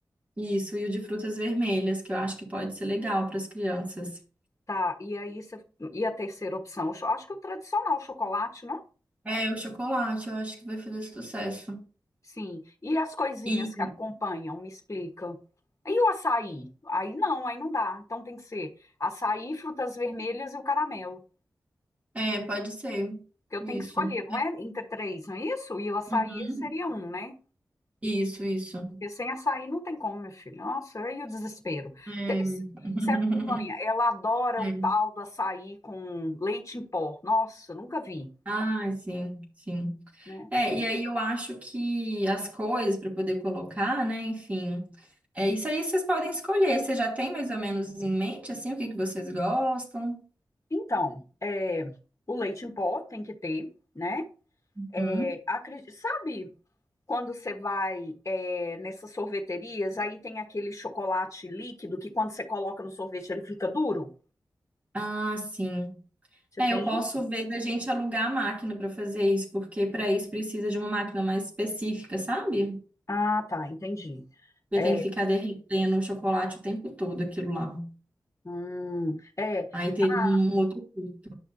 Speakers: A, on the right; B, on the left.
A: Isso, e o de frutas vermelhas, que eu acho que pode ser legal para as crianças.
B: Tá, e aí você, e a terceira opção? Eu Acho que o tradicional, o chocolate, não?
A: É, o chocolate, eu acho que vai fazer sucesso.
B: Sim. E as coisinhas
A: E
B: que acompanham, me explica. E o açaí? Aí não, aí não dá. Então tem que ser açaí, frutas vermelhas e o caramelo.
A: É, pode ser.
B: Que eu
A: Isso.
B: tenho que escolher, não é? Entre três, não é isso? E o açaí
A: Uhum.
B: seria um, né?
A: Isso, isso.
B: Porque sem açaí não tem como, meu filho. Nossa, e o desespero.
A: É.
B: Te- se-
A: <laughs>
B: Você acompanha, ela adora
A: É.
B: o tal do açaí com leite em pó. Nossa, nunca vi,
A: Ah, sim, sim.
B: né?
A: É, e aí eu acho que as cores para poder colocar, né? Enfim, é isso aí vocês podem escolher. Você já tem mais ou menos em mente assim o que que vocês gostam?
B: Então, é, o leite em pó tem que ter, né? É,
A: Uhum.
B: acre- sabe quando você vai é, nessas sorveterias, aí tem aquele chocolate líquido que quando você coloca no sorvete ele fica duro?
A: Ah, sim.
B: Você
A: É,
B: tem
A: eu posso
B: isso?
A: ver da gente alugar a máquina para fazer isso, porque para isso precisa de uma máquina mais específica, sabe?
B: Ah, tá, entendi.
A: Porque
B: É,
A: tem que ficar derretendo o chocolate o tempo todo, aquilo lá.
B: hum, é.
A: Aí teria
B: ah,
A: um um outro custo.